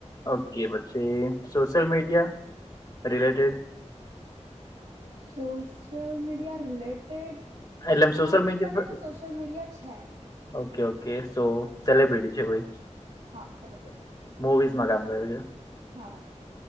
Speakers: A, on the left; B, on the right.
A: ઓકે પછી સોશિયલ મીડિયા રિલેટેડ
B: હા સોશિયલ મીડિયા રિલેટેડ
A: એટલે સોશિયલ
B: નથી
A: મીડિયા
B: પણ એનું
A: પર
B: સોશ સોશલ મીડિયા છે.
A: ઓકે ઓકે સો સેલિબ્રિટી છે, કોઈ
B: હા સેલિબ્રિટી
A: મુવીઝમાં કામ કર્યું છે
B: હા